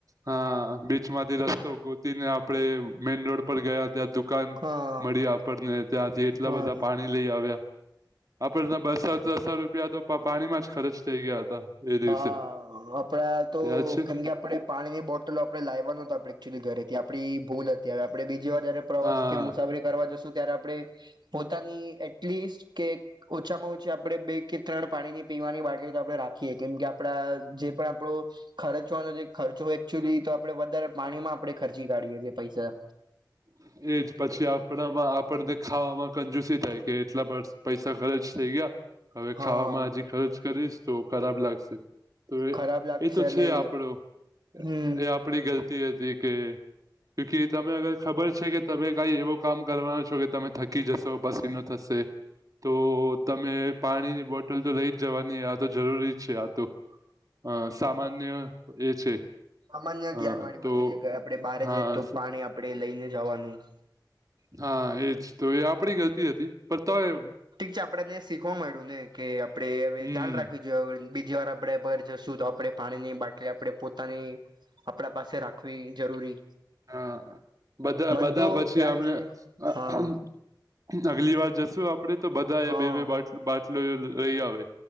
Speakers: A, on the right; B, on the right.
A: હા બીચમાંથી રસ્તો ગોતીને આપડે મેઈન રોડ પર ગયા ત્યાં દુ દુકાન
B: હા
A: મળી આપણને ત્યાંથી એટલા
B: હા
A: બધા પાણી લઈ આવ્યા આપણ બસો ત્રસો રૂપિયા તો પાણીમાં જ ખર્ચ થઈ ગયા હતા. એ દિવસે
B: હા આપડા તો
A: યાદ છે
B: કેમ કે આપડે પાણીની બોટલો આપડે લાવયા નોતા આપડે <unintelligible> ઘરે હતી આપણી ભૂલ હતી હવે આપણે બીજી વાર જયારે પ્રવાસ
A: હા
B: કે મુસાફરી કરવા જશું ત્યારે આપણે પોતાની એટલીસ્ટ કે ઓછામાં ઓછી આપડે બે કે ત્રણ પાણીની પીવાની બાટલીઓ તો આપડે રા ખીએ કેમ કે આપડા જે પણ આપડો ખર્ચવાનો જે ખર્ચો હોય એકચુલી તો આપડે વધારે પાણી માં આપડે ખર્ચી કાઢીએ છીએ પૈસા.
A: એ હે. એજ પછી આપણામાં આપણને ખાવામાં કંજુસી થાય કે એટલા બર્ષ પૈસા ખર્ચ થઈ ગયા હવે
B: હા
A: ખાવામાં હજી ખર્ચ કરીશ તો ખરાબ લાગશે. તો એ
B: ખરાબ લાગશે
A: એ તો
B: અને
A: છે આપડો અહ
B: હમ
A: એ આપ પડી ગલતી હતી કે ક્યુકી તમે અગર ખબર છે કે તમે કાઈ એવો કામ કરવાનો છો કે તમે થકી જશો પસીનો થશે તો તમે પાણીની બોટલ તો લઈ જ જવાની આ તો જરૂરી છે આ તો. અહ સામાન્ય એ છે
B: સામાન્ય જ્ઞાન
A: અ
B: વાળી
A: તો
B: વસ્તુ છે કે આપડે બહારે
A: હા
B: જઈ તો પાણી આપડે લઈને જવાનું.
A: હા એજ તો એ આપડી ગલતી હતી પર તો એ
B: ઠીક છે આપડને શીખવા મળમાંડ્યું ને કે આપડે
A: હમ
B: હવે ધ્યાન રાખવી જો બીજી વાર આપડે પગર જશું તો આપડે પાણીની બાટલી આપડે પોતાની આપડા પાસે રાખવી જરૂરી
A: હા, બધા
B: મન
A: બધા
B: તો
A: પછી
B: ખ્યાલ
A: આમને
B: છે
A: અહ
B: હા
A: હમ્મ અગલી વાર જશું આપડે તો બધા
B: હા
A: એ બે બે બેટ બાટલો લઈ આવે.